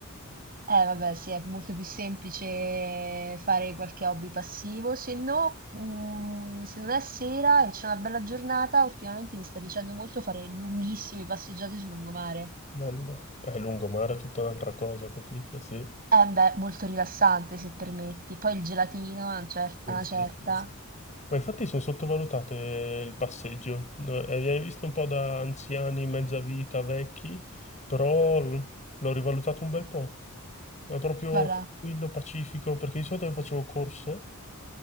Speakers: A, on the right; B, on the left.
A: Eh, vabbè, sì, è molto più semplice fare qualche hobby passivo. Se no, mm, se non è sera e c'è una bella giornata, ultimamente mi sta piacendo molto fare lunghissime passeggiate sul lungomare.
B: Bello, è lungomare è tutta un'altra cosa, capito? Sì.
A: Eh, beh, molto rilassante, se permetti. Poi il gelatino, a una cer-
B: Sì,
A: a una
B: sì,
A: certa.
B: sì, sì. Ma infatti sono sottovalutate il passeggio, No, eh, viene visto un po' da anziani, mezza vita, vecchi, però l- l'ho rivalutato un bel po'. È proprio
A: Guarda,
B: tranquillo, pacifico, perché di solito io facevo corse